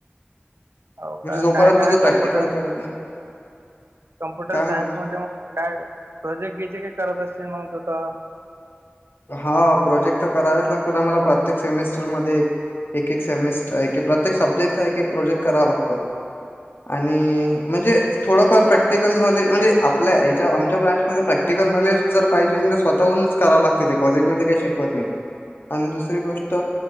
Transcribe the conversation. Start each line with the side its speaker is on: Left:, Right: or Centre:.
Right: हो
Left: म्हणजे
Right: का
Left: जोपर्यंत
Right: काय काय
Left: तू
Right: कम्प्युटरच.
Left: प्रॅक्टिकल करत
Right: <unintelligible>
Left: नाही.
Right: कम्प्युटर
Left: काय म्हटलं?
Right: सायन्स मध्ये मग काय प्रोजेक्ट घ्याचे काही करत असतील मग तू तर.
Left: हा प्रोजेक्ट तर करावेच लागतात आम्हला प्रत्येक सेमेस्टरमध्ये. एक एक सेमिस्टर एकेक प्रत्येक सब्जेक्टचा एक एक प्रोजेक्ट करावा लागतो. आणि म्हणजे थोडंफार प्रॅक्टिकल नॉलेज म्हणजे आपल्या याच्या आमच्या प्रॅक्टिकल नॉलेज जर पाहिजे असेल तर स्वतःहूनच कराव लागते ते कॉलेजमध्ये काही शिकवत नाही आणि दुसरी गोष्ट